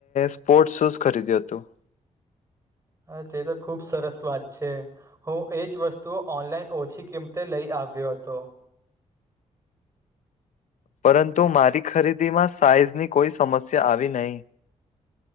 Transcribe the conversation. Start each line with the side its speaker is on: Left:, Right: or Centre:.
Left: સ્પોર્ટ શૂઝ ખરીદ્યું હતું.
Right: હા તે તો ખુબ સરસ વાત છે. હું એ જ વસ્તુઓ ઓનલાઈન ઓછી કિંમતે લઈ આવ્યો હતો.
Left: પરંતુ મારી ખરીદી માં સાઈઝ ની કોઈ સમસ્યા આવી નહીં.